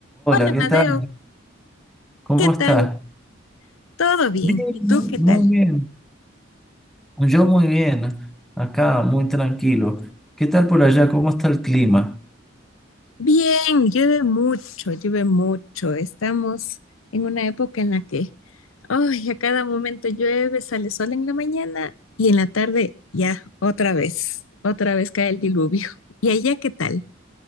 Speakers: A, on the left (about 85°); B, in the centre.
A: Hola,
B: Hola, ¿qué
A: Madeo,
B: tal? ¿Cómo
A: ¿qué tal?
B: estás?
A: ¿Todo bien?
B: Bien,
A: ¿Y
B: mu-
A: tú qué
B: muy
A: tal?
B: bien. Yo muy bien. Acá, muy tranquilo. ¿Qué tal por allá? ¿Cómo está el clima?
A: Bien, llueve mucho, llueve mucho. Estamos en una época en la que, ay, a cada momento llueve, sale sol en la mañana y en la tarde ya otra vez, otra vez cae el diluvio. <laughs> ¿Y allá qué tal?